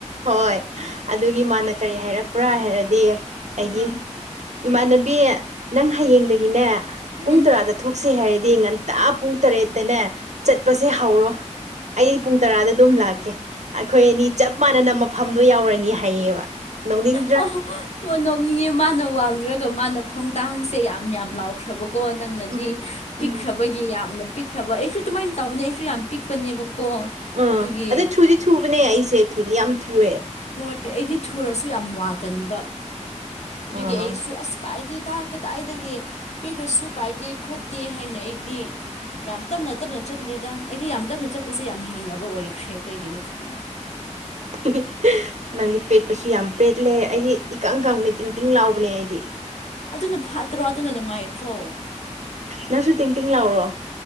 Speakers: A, on the right; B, on the left.
A: ꯍꯣꯏ ꯑꯗꯨꯒꯤ ꯃꯥꯅ ꯀꯔꯤ ꯍꯥꯏꯔꯛꯄ꯭ꯔꯥ ꯍꯥꯏꯔꯗꯤ
B: ꯑꯥ
A: ꯑꯩꯒꯤ ꯏꯃꯥꯟꯅꯕꯤ ꯕꯤ ꯅꯪ ꯍꯌꯦꯡꯗꯒꯤꯅꯦ ꯄꯨꯡ
B: ꯎꯝ
A: ꯇꯔꯥꯗ ꯊꯣꯛꯁꯦ ꯍꯥꯏꯔꯗꯤ ꯉꯟꯇꯥ ꯄꯨꯡ ꯇꯔꯦꯠꯇꯅꯦ ꯆꯠꯄꯁꯦ ꯍꯧꯔꯣ ꯑꯩ ꯄꯨꯡ ꯇꯔꯥꯗ ꯑꯗꯨꯝ ꯂꯥꯛꯀꯦ ꯑꯩꯈꯣꯏ ꯑꯅꯤ ꯆꯞ ꯃꯥꯟꯅꯅ ꯃꯐꯝꯗꯣ ꯌꯥꯎꯔꯅꯤ ꯍꯥꯏꯌꯦꯕ ꯅꯣꯛꯅꯤꯡ
B: ꯑ ꯑꯣ ꯅꯣꯛꯅꯤꯡꯉꯦ ꯃꯥꯅ ꯋꯥꯡꯔꯒ ꯃꯥꯅ ꯈꯣꯡꯊꯥꯡꯁꯦ ꯌꯥꯝ ꯌꯥꯝ ꯂꯥꯎꯈ꯭ꯔꯕꯀꯣ ꯅ ꯅꯪꯅꯗꯤ
A: ꯎꯝ
B: ꯄꯤꯛꯈ꯭ꯔꯕꯒꯤ
A: ꯎꯝ
B: ꯌꯥꯝꯅ ꯄꯤꯛꯈ꯭ꯔꯕ ꯑꯩꯁꯨ ꯑꯗꯨꯃꯥꯏꯅ ꯇꯧꯕꯅꯦ ꯑꯩꯁꯨ ꯌꯥꯝ ꯄꯤꯛꯄꯅꯦꯕꯀꯣ
A: ꯑꯥ
B: ꯑꯗꯨꯒꯤ
A: ꯑꯗꯩ ꯊꯨꯗꯤ ꯊꯨꯕꯅꯦ ꯑꯩꯁꯦ ꯊꯨꯗꯤ ꯌꯥꯝ ꯊꯨꯑꯦ
B: ꯍꯣꯏ ꯑꯩꯗꯤ ꯊꯨꯔꯁꯨ ꯌꯥꯝ ꯋꯥꯒꯟꯕ ꯑꯗꯨꯒꯤ
A: ꯑꯥ
B: ꯑꯩꯁꯨ ꯑꯁ ꯀꯥꯏꯗꯦꯗ ꯀꯗꯥꯏꯗꯒꯤ ꯄꯤꯈ꯭ꯔꯁꯨ ꯀꯥꯏꯗꯦ ꯈꯣꯠꯇꯦ ꯍꯥꯏꯅ ꯑꯩꯗꯤ ꯌꯥꯝ ꯇꯞꯅ ꯇꯞꯅ ꯆꯠꯂꯦꯗ ꯑꯩꯗꯤ ꯌꯥꯝ ꯇꯞꯅ ꯆꯠꯄꯁꯦ ꯌꯥꯝ ꯍꯩꯅꯕ ꯑꯣꯏꯈ꯭ꯔꯦ ꯀꯩꯒꯤꯅꯣ ꯈꯪꯗꯦ
A: <inaudible> ꯅꯪꯗꯤ ꯄꯦꯠꯄꯁꯨ ꯌꯥꯝ ꯄꯦꯠꯂꯦ ꯑꯩꯗꯤ ꯏꯀꯪ ꯀꯪꯅꯦ ꯇꯤꯡ ꯇꯤꯡ ꯂꯥꯎꯕꯅꯦ ꯑꯩꯗꯤ
B: ꯑꯗꯨꯅ ꯐꯠꯇ꯭ꯔꯣ ꯑꯗꯨꯅ ꯅꯨꯡꯉꯥꯏꯇ꯭ꯔꯣ
A: ꯅꯪꯁꯨ ꯇꯤꯡ ꯇꯤꯡ ꯂꯥꯎꯔꯣ